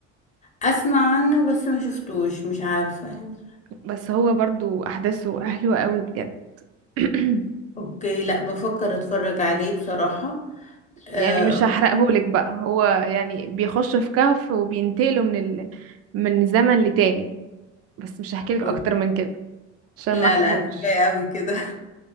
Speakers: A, on the left; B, on the right.
A: أسمع عنه بس ما شفتوش مش عارفة يعني
B: بس هو برضو احداثه حلوة قوي بجد <clears throat>
A: أوكي لا بفكر أتفرج عليه بصراحة آه
B: يعني مش
A: وفي-
B: هحرقهولك بقى هو يعني بيخش في كهف وبينتقلوا من ال... من زمن لتاني بس مش هحكيلك
A: أوكي.
B: اكتر من كده عشان
A: لا
B: ما احرقهوش
A: لا كفاية أوي كده